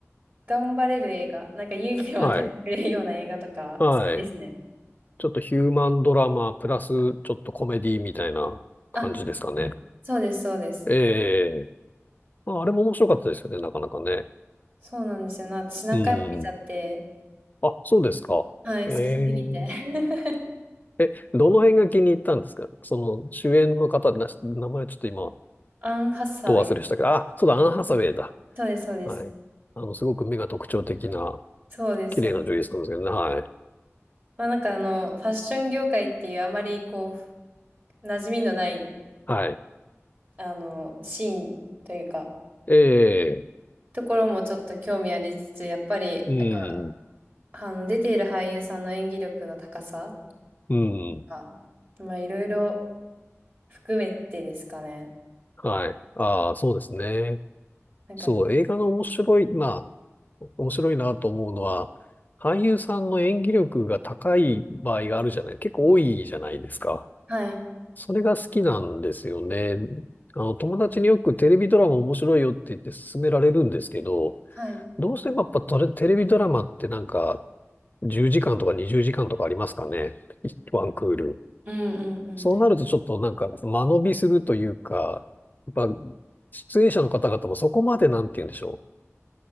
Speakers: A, on the right; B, on the left.
A: 頑張れる映画、なんか勇気を与えてくれるような映画とか、
B: はい。はい。
A: 好きですね。
B: ちょっとヒューマンドラマ、プラスちょっとコメディみたいな感じですかね。
A: あ、そうです、そうです。
B: ええ。まあ、あれも面白かったですよね、なかなかね。
A: そうなんですよな。私何回も見ちゃって、
B: うん。あ、そうですか。
A: はい、
B: ええ。
A: 好きすぎて。<laughs>
B: え、どの辺が気に入ったんですかその主演の方、なし、名前ちょっと今、
A: アン・ハサウェイ。
B: ど忘れしたけど、あ、そうだ、アン・ハサウェイだ。
A: そうです、そうです。
B: はい。あの、すごく目が特徴的な、
A: そうです、
B: 綺麗な女優さんですけどね。
A: そうです。
B: はい。
A: まあなんかあの、ファッション業界っていうあまりこう、馴染みのない、
B: はい。
A: あの、シーンというか、
B: ええ、
A: ところもちょっと興味ありつつ、やっぱり、
B: うん、
A: なんか、あの、出ている俳優さんの演技力の高さ
B: うん。
A: が、まあいろいろ含めてですかね。
B: はい。ああ、そうですね。
A: なんか、
B: そう、映画の面白い、まあ、面白いなと思うのは、俳優さんの演技力が高い場合があるじゃない、結構多いじゃないですか。
A: はい、
B: それが好きなんですよね。あの、友達によくテレビドラマ面白いよって言って勧められるんですけど、
A: はい。
B: どうしてもやっぱトレテレビドラマってなんか10時間とか20時間とかありますかね。ワンクール。
A: うんうんうん。
B: そうなるとちょっとなんか間延びするというか、やっぱ出演者の方々もそこまでなんて言うんでしょう。